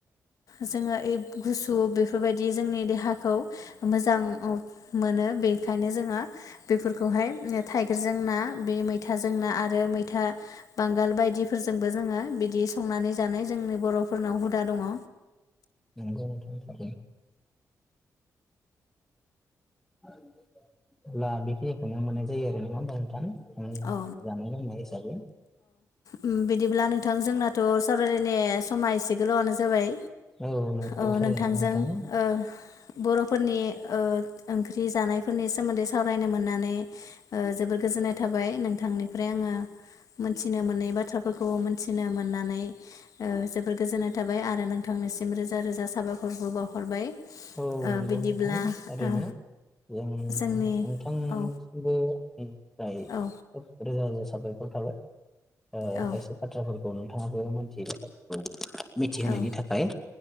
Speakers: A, on the left; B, in the centre.
A: जोङो ओइ गुसु बेफोरबायदि जोंनि देहाखौ मोजां मोनो बेखायनो जोङो बेफोरखौहाय थाइगिरजों ना बे मैथाजों ना आरो मैथा बांगाल बायदिफोरजोंबो जोङो बिदि संनानै जानाय जोंनि बरफोरनाव हुदा दङ।
B: नंगौ नोंथां <unintelligible> आरो अब्ला बेखिनिखौनो मोननाय जायो आरो नङा होमबा नोथां
A: औ
B: जानाय लोंनाय हिसाबै
A: उम बिदिब्ला नोंथां जोंनाथ सावरायलायनाय समा एसे गोलावनो जाबाय
B: औ नंगौ
A: अ
B: थारैनो
A: नोंथांजों
B: नोंथां
A: ओ बर'फोरनि ओ ओंख्रि जानायफोरनि सोमोन्दै सावरायनो मोननानै ओ जोबोर गोजोननाय थाबाय नोंथांनिफ्राय आङो मोनथिनो मोनै बाथ्राफोरखौ मोनथिनो मोननानै ओ जोबोर गोजोननाय थाबाय आरो नोंथांनिसिम रोजा रोजा साबायखरबो बावहरबाय।
B: औ
A: ओ
B: नंगौ
A: बिदिब्ला
B: नोंथां ओरैनो
A: ओ
B: जों नोंथांसिमबो
A: जोंनि औ
B: आं निफ्राय
A: औ
B: खोब रोजा रोजा साबायखर थाबाय ओ
A: औ
B: खायसे बाथ्राफोर खौ नोंथाङाबो मोनथियै बाथ्राफोरखौ मिथिहोनायनि
A: औ
B: थाखाय